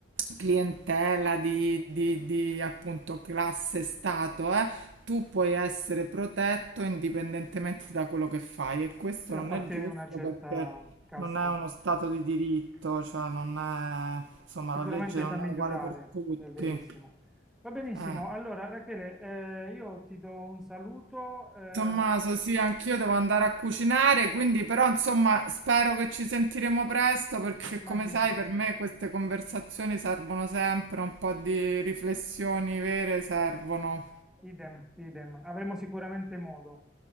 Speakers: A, on the right; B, in the centre.
A: clientela, di, di- di, appunto classe, stato, eh, tu puoi essere protetto indipendentemente da quello che fai e questo
B: si
A: non
B: appartiene
A: è giusto
B: a una certa
A: perché
B: casta,
A: non è uno stato
B: sì.
A: di diritto, cioè non è, insomma,
B: Sicuramente
A: la legge non
B: è da migliorare,
A: è uguale per tutti.
B: è verissimo. Va benissimo.
A: Eh.
B: Allora, Rachele, eh, io ti do un saluto, eh,
A: Tommaso, sì, anch'io devo andare a cucinare, quindi però insomma spero che ci sentiremo presto perché
B: immagino
A: come sai
B: di
A: per
B: sì.
A: me queste conversazioni servono sempre, un po' di riflessioni vere servono.
B: Idem, idem. Avremo sicuramente modo.